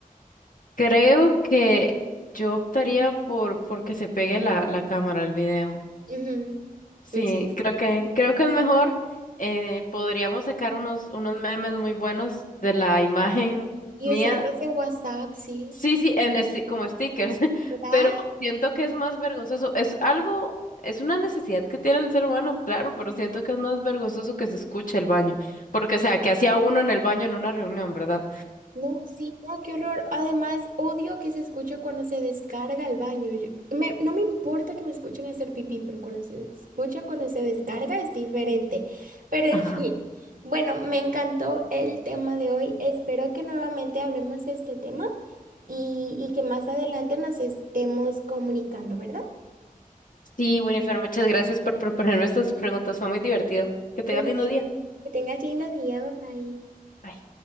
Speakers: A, on the left; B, on the right.
A: Creo que yo optaría por, por que se pegue la, la cámara al video.
B: ujú,
A: Sí,
B: Sí.
A: creo que, creo que es mejor. Eh, podríamos sacar unos, unos memes muy buenos de la imagen
B: Y
A: mía
B: usarlos en WhatsApp, sí.
A: Sí, sí, en esti- como stickers, <laughs>
B: Ah,
A: pero siento que es más vergonzoso. Es algo, es una necesidad que tiene el ser humano, claro, pero siento que es más vergonzoso que se escuche el baño, porque o sea, que hacía uno en el baño en una reunión, ¿verdad?
B: no, sí, no, qué horror. Además, odio que se escuche cuando se descarga el baño. Yo- me- no me importa que me escuchen hacer pipí, pero cuando se escucha, cuando se descarga es diferente. Pero en
A: Ajá.
B: fin, bueno, me encantó el tema de hoy. Espero que nuevamente hablemos de este tema y, y que más adelante nos estemos comunicando, ¿verdad?
A: Sí, Winifred, muchas gracias por proponerme estas preguntas, fue muy divertido. Que tengan
B: Perfecto.
A: lindo día.
B: Que tengas lindo día, bye bye.
A: Bye.